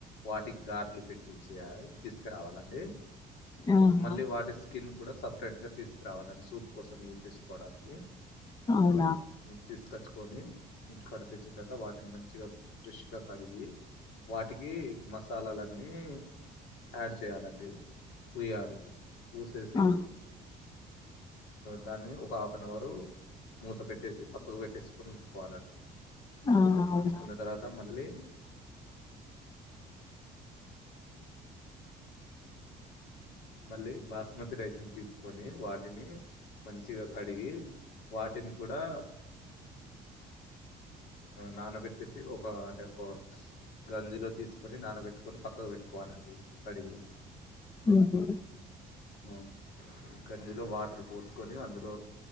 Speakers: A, on the left (about 90°); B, on the left (about 25°).
A: వాటికి ఘాట్లు పెట్టిచ్చేయాలి తీసుకరావాలండి.
B: ఆహా
A: మళ్ళీ వాటిస్ కూడా సపరేట్ గా తీసుకురావాలని సూప్ కోసం యూజ్ చేసుకోవడానికి,
B: అవునా
A: తీసుకచ్ కట్టుకొని ఇంటికడ తెచ్చిన తర్వాత వాటిని మంచిగా ఫ్రెష్గా కడిగి వాటికి మసాలాలన్నీ యాడ్ చేయాలండి పూయాలి. పూసేసి.
B: ఆ
A: దాన్ని ఒక హాఫ్ అన్ అవరు మూత పెట్టేసి పక్కకు పెట్టేసుకొని ఉంచుకోవాలండి.
B: ఆ అవునా
A: ఉంచుకున్న తర్వాత మళ్ళీ మళ్ళీ బాస్మతి రైస్ని తీసుకొని వాటిని మంచిగా కడిగి వాటిని కూడా నానబెట్టేసి ఒక అంటే ఒక గంజిలో తీసుకొని నానబెట్టుకొని పక్కకు పెట్టుకోవాలండి. కడిగి,
B: ఉహు
A: ఆ గంజిలో వాటర్ పోసుకొని అందులో